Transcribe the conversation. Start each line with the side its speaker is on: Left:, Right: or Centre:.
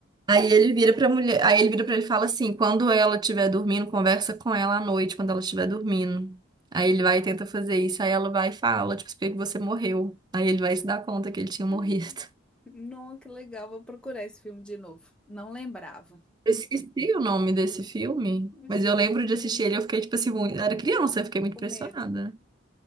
Right: Aí ele vira pra mulher, aí ele vira pra ele e fala assim, quando ela estiver dormindo, conversa com ela à noite, quando ela estiver dormindo. Aí ele vai e tenta fazer isso, aí ela vai e fala, tipo, por que que você morreu? Aí ele vai se dar conta que ele tinha
Centre: Hum.
Right: morrido.
Centre: Não, que legal. Vou procurar esse filme de novo. Não lembrava.
Right: Eu esqueci o nome desse filme,
Centre: Eu esqueci
Right: mas eu lembro de assistir
Centre: também.
Right: ele, eu fiquei, tipo assim, muito... eu era criança, eu fiquei muito
Centre: Com
Right: impressionada.
Centre: medo.